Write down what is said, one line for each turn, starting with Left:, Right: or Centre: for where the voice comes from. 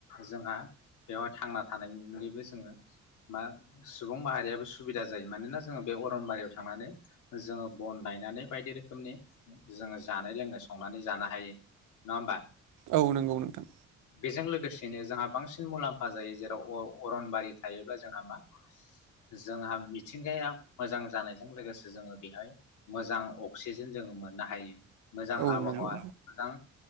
Left: जोंहा बेवहाय थांना थानायनिनिबो जोंङो मा सुबुं माहारियाबो सुबिदा जायो मानोना जोंङो बे अरनबारियाव थांनानै जोंङो बन लायनानै बायदि रोखोमनि जोंङो जानाय लोंनाय संनानै जानो हायो नंङा होमबा
Right: औ नंगौ नोंथां
Left: बेजों लोगोसे बिनो जोंहा बांसिन मुलाम्फा जायो जेराव अ अरनबारि थायोब्ला जोंहा मा जोंहा मिथिंगाया मोजां जानायजों लोगोसे जोंङो बिहाय मोजां अक्सिजेन जोंङो मोननो हायो मोजां
Right: औ
Left: आबहावा
Right: नंगौ
Left: मोजां